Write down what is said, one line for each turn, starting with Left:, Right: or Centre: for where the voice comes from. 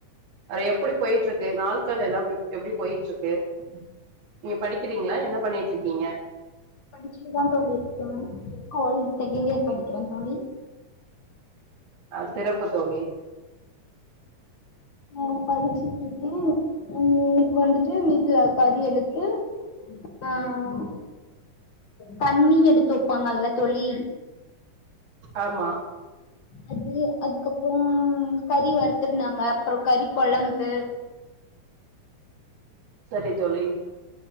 Right: அத எப்படி போயிட்ருக்கு நாட்கள் எல்லா எப் எப்ட போயிட்ருக்கு நீங்க படிக்கிறீங்களா என்ன பண்ணிட்ருக்கீங்க
Left: படிச்சுட்டு தா தோழி இருக்கே காலேஜ் செகண்ட் இயர் படிக்கிறே தோழி
Right: ஆஹ் சிறப்பு தோழி
Left: ஆஹ் படிச்சுட்ருக்கே உம் வந்துட்டு வீட்டுல கறி எடுத்து ஆஹ் தண்ணி எடுத்து வெப்பாங்கல்ல தோழி
Right: ஆமா
Left: அது அதுக்கப்பற கறி வறுத்துருந்தாங்க அப்பற கறி கொழம்பு
Right: <inaudible> சரி தோழி